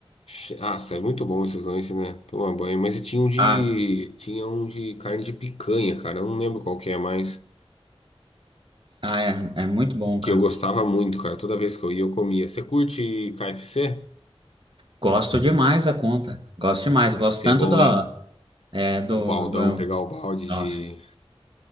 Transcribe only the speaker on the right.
ah,
ah, é, é muito bom,
cara.
Gosto demais da conta. Gosto demais.
Gosto tanto
da,
é, do,
do.
Nossa.